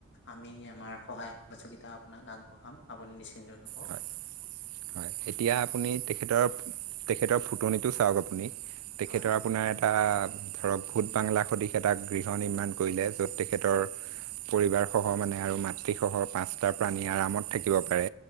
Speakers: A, on the left; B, on the right.
A: আমি আমাৰ সহায় সহযোগিতা আপোনাক আগবঢ়াম আপুনি নিশ্চিন্ত থাকক।
B: হয়, হয় এতিয়া আপুনি তেখেতৰ। তেখেতৰ ফুটনিটো চাওক আপুনি তেখেতৰ
A: হয়
B: আপোনাৰ এটা ধৰক ভূত বাংলা সদশ এটা গৃহ নিৰ্মাণ কৰিলে য'ত তেখেতৰ পৰিবাৰসহ মানে আৰু মাতৃসহ পাঁচটা প্ৰাণী আৰামত থাকিব পাৰে